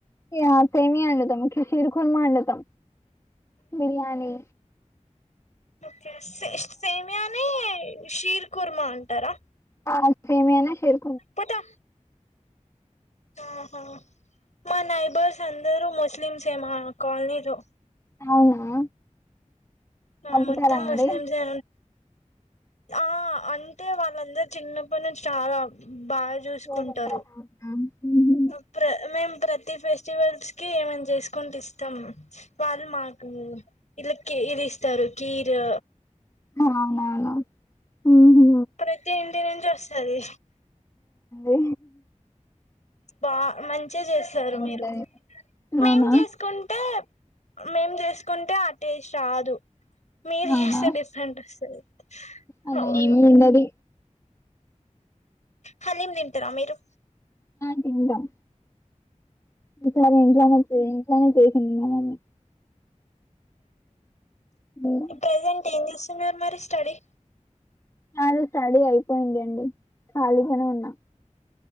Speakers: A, on the left; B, on the left.
A: ఆ సేమియా అండుతం షీరుకుర్మ అండుతాం బిర్యాని
B: ఒకే సే సేమీయాని షీర్ కుర్మ అంటారా
A: ఆ సేమీయానే చేయ్
B: పోత ఆహా మా నైబర్స్ అందరు ముస్లిమ్సే మా కల్నీలో
A: అవునా పంపుతారా
B: ఆ మొత్తం
A: మరి
B: ముస్లిమ్సే ఆ అంటే. వాళ్ళందరు చిన్నప్పటి నుంచి చాలా బాగా చూసుకుంటారు.
A: పోదంటారా? అవునా. ఉహుం.
B: ఆ ప్ర మేం ప్రతి ఫెస్టివల్స్ కి ఏమన్ చేసుకుంటే ఇస్తాం. వాళ్ళు మాకు ఇలా క్ ఇది ఇస్తారు. కీరు
A: అవునావునా ఉహ్ హు
B: ప్రతి ఇంటి నుంచి వస్తది.
A: అదే
B: బా మంచిగా చేస్తారు మీరు.
A: ఉంటది
B: మేం
A: అవునా
B: చేసుకుంటే మేం చేసుకుంటే ఆ టేస్ట్ రాదు. మీర్
A: అవునా
B: చేస్తే డిఫరెంట్ వొస్తది.
A: అలా
B: అవును
A: ఏమి ఉండది
B: హాలీమ్ తింటారా. మీరు?
A: తింటం. ఈసారి ఇంట్లనే చే ఇంట్లనే చేసింది మా మామ్మీ ఉమ్.
B: ప్రజెంట్ ఏం చూస్తున్నారు మరి స్టడీ?
A: నాది స్టడీ అయిపోయింది అండి. ఖాళీగానే ఉన్నా.